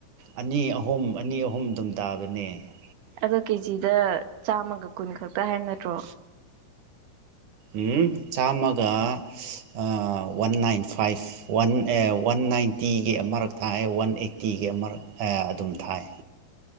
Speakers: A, on the right (about 65°); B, on the right (about 80°).
A: ꯑꯅꯤ ꯑꯍꯨꯝ ꯑꯅꯤ ꯑꯍꯨꯝ ꯗꯨꯝ ꯇꯥꯕꯅꯦ
B: ꯑꯗꯣ ꯀꯦꯖꯤꯗ ꯆꯥꯝꯃꯒ ꯀꯨꯟ ꯈꯛꯇ ꯍꯥꯏꯕ ꯅꯠꯇ꯭ꯔꯣ
A: ꯎꯝ ꯆꯥꯝꯃꯒ ꯑꯥ ꯋꯥꯟ ꯅꯥꯏꯟ ꯐꯥꯏꯚ ꯋꯥꯟ ꯑꯦ ꯋꯥꯟ ꯅꯥꯏꯟꯇꯤꯒꯤ ꯑꯃꯔꯛ ꯊꯥꯏꯌ‌ꯦ ꯋꯥꯟ ꯑꯩꯠꯇꯤꯒꯤ ꯑꯃꯔꯛ ꯊꯥꯏꯌ‌ꯦ ꯑꯗꯨꯝ ꯊꯥꯏꯌ‌ꯦ